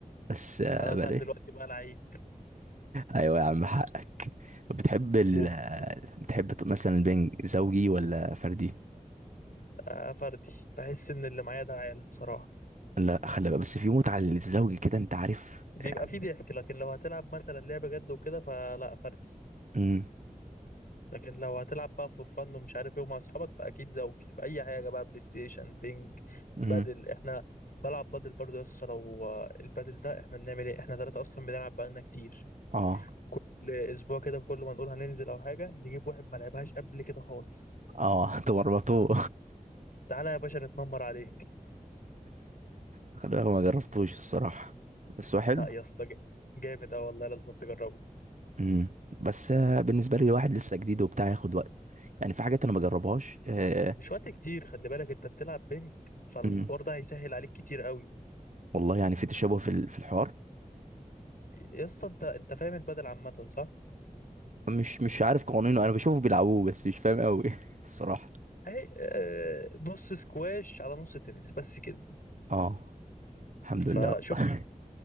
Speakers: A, on the right; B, on the left.
A: بس آه،
B: أنا
A: بقى
B: لحد
A: لي
B: دلوقتي بقى لعيب
A: ايوه يا عم حقك بتحب ال
B: <laughs> وفي
A: بتحب مثلا البنج زوجي ولا فردي
B: آه، فردي بحس إن اللي معايا ده عيالة بصراحة
A: لا خلي بقى بس في متعه للزوجي كده انت عارف
B: بيبقى
A: يعني
B: فيه ضحك لكن لو هتلعب مثلا لعبة جد وكده فلا فردي
A: امم
B: لكن لو هتلعب بقى فور فن ومش عارف ايه ومع اصحابك فاكيد زوجي في اي حاجه بقى بلاي ستيشن بينج
A: امم
B: بادل احنا بلعب بادل برضه يا اسطى لو البادل ده احنا بنعمل ايه احنا ثلاثه اصلا بنلعب بقالنا كتير
A: اه
B: كل اسبوع كده كل ما نقول هننزل او حاجه نجيب واحد ما لعبهاش قبل كده خالص
A: اه <laughs> تورطوه
B: تعالى يا باشا نتنمر عليك
A: خلي بالك ما جربتوش الصراحه بس هو حلو
B: لا يا اسطى جا- جامد اه والله لازم تجربه
A: امم بس آه، بالنسبه لي واحد لسه جديد وبتاع ياخد وقت يعني في حاجات انا ما بجربهاش آه،
B: مش وقت كتير خلي بالك انت بتلعب بينج فالحوار
A: امم
B: ده هيسهل عليك كتير قوي
A: والله يعني في تشابه في ال- في الحوار
B: يا اسطى انت انت فاهم البادل عامه صح
A: مش مش عارف قوانينه انا بشوفه بيلعبوه بس مش فاهم قوي <laughs> الصراحه
B: اهي آه، نص سكواش على نص تنس بس كده
A: اه الحمد
B: فشفت
A: لله والله